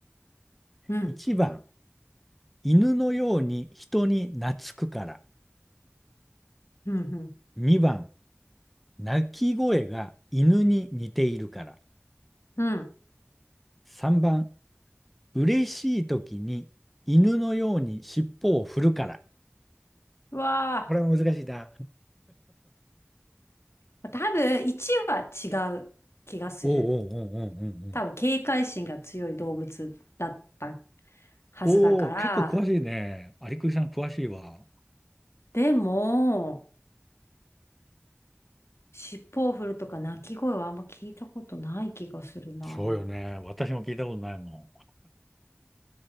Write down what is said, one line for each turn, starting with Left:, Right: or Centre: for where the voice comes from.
Left: うん、
Centre: 1番、犬のように人に懐くから。
Left: ふんふん、
Centre: 2番、鳴き声が犬に似ているから。
Left: うん。
Centre: 3番、嬉しい時に犬のように尻尾を振るから。
Left: うわ
Centre: これは難しいな。
Left: あ、多分1は違う気がする。
Centre: おうおうおうおうおう
Left: 多分警戒心が強い動物だったはずだから、
Centre: おう。おお、結構詳しいね。有久さん詳しいわ。
Left: でも、尻尾を振るとか鳴き声はあんま聞いたことない気がするな。
Centre: そうよね。私も聞いたことないも